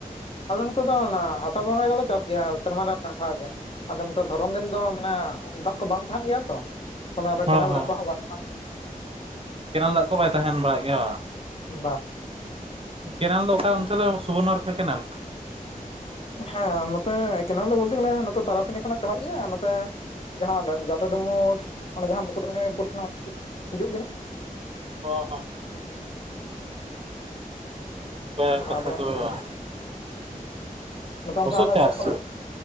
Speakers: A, on the left; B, on the right.
A: ᱟᱞᱮ ᱱᱤᱛ ᱫᱚ ᱚᱱᱟ ᱟᱥᱟᱲ ᱵᱚᱸᱜᱟ ᱜᱮᱞᱮ ᱪᱟᱥ ᱜᱮᱭᱟ ᱥᱮᱨᱢᱟ ᱨᱮ ᱢᱤᱫ ᱫᱟᱣ ᱜᱮ᱾ ᱟᱫᱚ ᱱᱚᱛᱮ ᱫᱷᱚᱨᱚᱢ ᱫᱤᱱ ᱫᱚ ᱢᱟᱱᱮ ᱫᱟᱜ ᱠᱚ ᱵᱟᱝ ᱛᱟᱦᱮᱱ ᱜᱮᱭᱟ ᱛᱚ ᱚᱱᱟ ᱫᱚ
B: ᱦᱚᱸ
A: ᱠᱮᱱᱮᱞ
B: ᱦᱚᱸ
A: ᱫᱟᱜ ᱠᱚᱦᱚᱸ ᱵᱟᱹᱱᱩᱜᱼᱟ᱾
B: ᱠᱮᱱᱮᱞ ᱫᱟᱜ ᱠᱚ ᱵᱟᱭ ᱛᱟᱦᱮᱱ ᱵᱟᱲᱟᱜ ᱜᱮᱭᱟ ᱵᱟᱝ
A: ᱵᱟ
B: ᱠᱮᱱᱮᱞ ᱫᱚ ᱚᱠᱟ ᱚᱱᱛᱮ ᱫᱚ ᱥᱩᱵᱚᱨᱱᱚ ᱨᱮᱠᱷᱟ ᱠᱮᱱᱮᱞ
A: ᱦᱮᱸ ᱱᱚᱛᱮ ᱠᱮᱱᱮᱞ ᱫᱚ ᱵᱚᱞᱛᱮ ᱜᱮᱞᱮ ᱱᱚᱛᱮ ᱛᱟᱨᱟ ᱯᱷᱤᱱᱤ ᱠᱷᱚᱱᱟᱜ ᱪᱟᱞᱟᱜ ᱜᱮᱭᱟ᱾ ᱱᱚᱛᱮ ᱡᱟᱦᱟᱸ ᱡᱟᱴᱟ ᱰᱩᱢᱩᱨ ᱚᱱᱟ ᱡᱟᱦᱟᱸ ᱢᱩᱠᱩᱴ ᱢᱩᱱᱤ ᱯᱩᱨ ᱠᱷᱚᱱᱟᱜ ᱦᱤᱡᱩᱜ ᱜᱮ
B: ᱚ ᱦᱚᱸ ᱯᱮ
A: ᱠᱟᱱᱟ ᱛᱟᱦᱚᱞᱮ
B: ᱠᱟᱛᱷᱟ
A: ᱟᱫᱚ
B: ᱛᱚᱵᱮ ᱵᱟᱝ
A: ᱱᱚᱛᱮ
B: ᱜᱚᱥᱚ
A: ᱚᱱᱠᱟ ᱟᱞᱮ
B: ᱪᱟᱥ
A: ᱥᱩᱨ ᱠᱚᱨᱮ